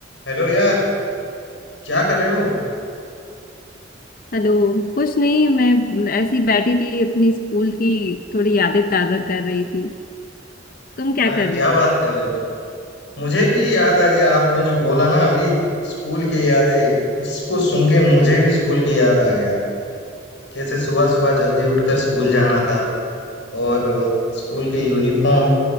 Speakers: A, on the left; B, on the left.
A: Hello यार क्या कर रहे हो
B: Hello कुछ नहीं मैं ऐसी बैठी थी अपनी स्कूल की थोड़ी यादें ताजा कर रही थी तुम क्या
A: अरे
B: कर
A: क्या
B: रहे हो
A: बात कर रहे हो मुझे भी याद आ गया आपने जो बोला ना अभी स्कूल की यादें उसको सुन के मुझे भी स्कूल की याद आ गया कैसे सुबह सुबह जल्दी उठकर स्कूल जाना था और स्कूल के यूनिफॉर्म